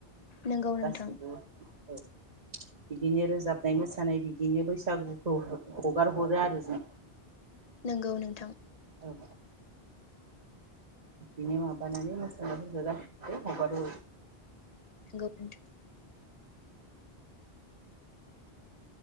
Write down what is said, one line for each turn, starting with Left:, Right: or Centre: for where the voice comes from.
Left: नंगौ नोंथां
Right: गासैसिबो औ बिदिनो रोजाबनाय, मोसानाय बिदिनो बैसागुखौ हगार हरो आरो जों
Left: नोंगौ नोंथां।
Right: औ बिदिनो माबानानै मोसानायफोरखो गासै हगारो।
Left: नंगौ नोंथां।